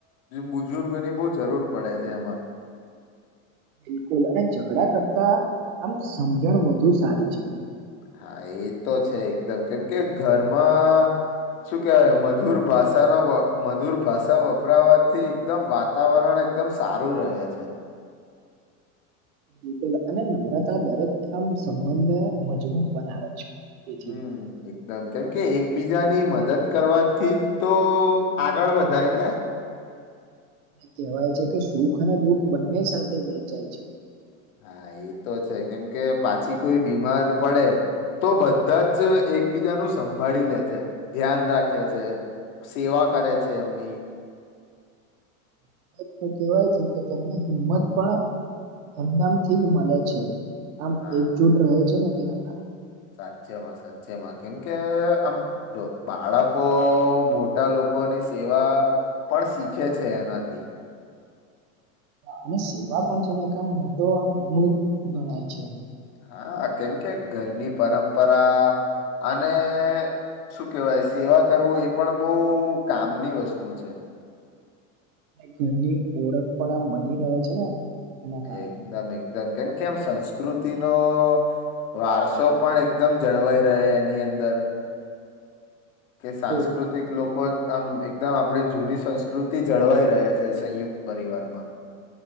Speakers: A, on the left; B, on the right.
A: બુજુર્ગોની બઉ જરૂર પડે છે એમાં
B: <unintelligible> બિલકુલ અને ઝઘડા કરતા આમ સમજણ વધુ સારી છે
A: હા એ તો છે એકદમ કેમ કે ઘરમાં શું કેવાય મધુર ભાષાનો વ મધુર ભાષા વપરાવાથી એકદમ વાતાવરણ એકદમ સારું રહે છે
B: <unintelligible> બિલકુલ અને નમ્રતા દરેક આમ સંબંધ મજબૂત બનાવે છે તેથી
A: હમ એકદમ કેમ કે એ બીજાની મદદ કરવાથી તો આગળ વધાય ને
B: અને કહેવાય છે કે સુખ અને દુઃખ બંને સાથે વેચાય છે
A: હા એતો છે કેમ કે પાછી કોઈ બીમાર પડે તો બધા જ એકબીજાનું સંભાળી લે છે ધ્યાન રાખે છે સેવા કરે છે એમની
B: <unintelligible> એક તો કેવાય છે કે તેમને હિંમત પણ એમનામથી જ મળે છે આમ
A: હા
B: એકજુટ રહે છે ને તેના કારણે
A: સાચેમાં સાચેમાં કેમ કે આમ જો બાળકો મોટા લોકો લોકોની સેવા પણ શીખે છે એનાથી
B: અને સેવા પણ છે ને એક આમ મોટો આમ ગુણ ગણાય છે
A: હા કેમ કે ઘરની પરંપરા અને શું કેહેવાય સેવા કરવું એ પણ બહુ કામની વસ્તુ છે
B: ઘરની ઓળખ પણ આમ બની રહે છે ને એના કારણે
A: એકદમ એકદમ કેમ કે આમ સંસ્કૃતિ નો વારસો પણ એકદમ જળવાઈ રહે એની અંદર કે
B: બિલકુલ
A: સાંસ્કૃતિક લોકો આમ એકદમ આપણી જૂની સંસ્કૃતિ જળવાઈ રહે છે સંયુક્ત પરિવારમાં